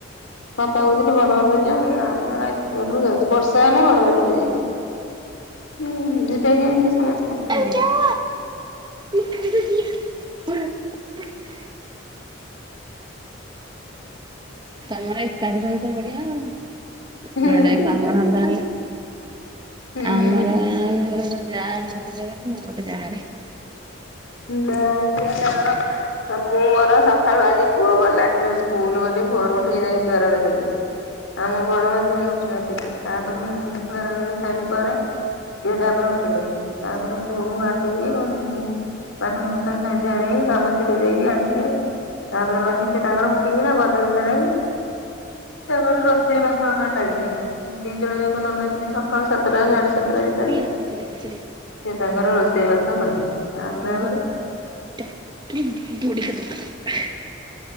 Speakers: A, on the left; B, on the right.
A: ବାପା କହୁଥିଲେ ବଡବାପା ଯିବେ ନା ମ ଏତିକି ବାଟକୁ ଯାଉଛି ବର୍ଷା ତାହେଲେ ବଡ଼ଗାଡ଼ିରେ ଯିବେ ଯିବେ କେମିତି ସମସ୍ତେ।
B: <unintelligible> ତମର ଏକାଠି ରହୁଛ ବଢିଆ ଆଉ,
A: ହୁଁ
B: ଯୁଆଡେ କାମ ଧନ୍ଦା
A: ହୁଁ
B: ଆମର ଯା ଗୋଟେ ଜାଗାରେ ମୁଁ ଗୋଟେ ଜାଗାରେ।
A: ନାଇଁ ଇଏ ତାଙ୍କର ହ ମୁଁ ମୋର ସଖାଳୁ ଆଜି ପୁଅ ଗଲା ଯୋଉ ସ୍କୁଲ୍ ବୋଲି ଭୋରୁ ଉଠିକି ଯାଇ ଦୁଆର ଓଳେଇ ଦେଲି। ଆମ ବଡ଼ ମଝିଆଣି ଉଠି ନଥିଲେ ତାପରେ ମୁଁ ଘର ଓଳେଇ ସାଇଲି ପରେ ଇଏ ତାପରେ ଉଠିଲେ ତାପରେ ପୁଅକୁ ବାଟେଇକି ମୁଁ ବାସନ କୁସନ ଧୋଇଧୁଆ ଦେଇ କାମ ଛିଡ଼େଇ ଦେଇକି ଆସିଲି। ତାପରେ ଗଲି ସିଏ ତାଙ୍କର ଉଠିକିନା ବଦଳିବୁଦୁଳାକି ସେ ମୋର ରୋଷେଇ ବାସ ଓପରେ ଲାଗିଲି। ଦି ଜଣ ଯାକ ନନା ଯିବେ ସକାଳୁ ସାତଟା ସାଢ଼େ ସାତଟା ଭିତରେ।
B: ଚିଲିକା ଚିଲି
A: ସିଏ ତାଙ୍କର ରୋଷେଇ ବାସ କଲେ। ଆମେ
B: ଦି
A: ଆମର
B: ଜଣ? <inaudible>